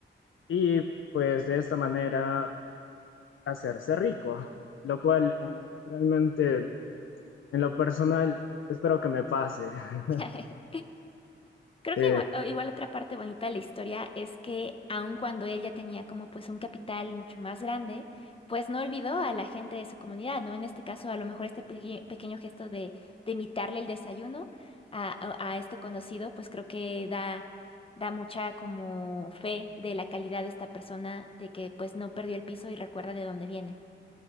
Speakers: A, on the left; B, on the left.
A: y pues de esta manera hacerse rico, lo cual eh, realmente en lo personal espero que me pase. <laughs>
B: <laughs> Creo
A: Sí.
B: que igual, o igual otra parte bonita de la historia es que aun cuando él ya tenía como pues un capital mucho más grande, pues no olvidó a la gente de su comunidad, ¿no? En este caso, a lo mejor este peque- pequeño gesto de, de invitarle el desayuno a, a- a este conocido, pues creo que da, da mucha como fe de la calidad de esta persona, de que pues no perdió el piso y recuerda de dónde viene.